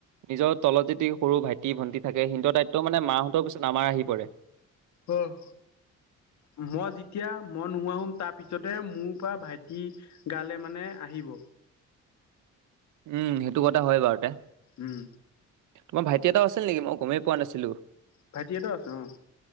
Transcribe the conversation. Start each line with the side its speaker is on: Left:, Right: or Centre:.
Right: নিজৰ তলত যদি সৰু ভাইটি-ভণ্টি থাকে সিহঁতৰ দায়িত্ব মানে মাহঁতৰ পিছত আমাৰ আহি পৰে।
Left: অহ। মই যেতিয়া মই নোহোৱা হম, তাৰ পিছতে মোৰ পৰা ভাইটি গালে মানে আহ আহিব।
Right: উম, সেইটো কথা হয় বাৰু তে।
Left: উম।
Right: তোমাৰ ভাইটি এটাও আছিল নেকি? মই গমেই পোৱা নাছিলো।
Left: ভাইটি এটাও আছে অ।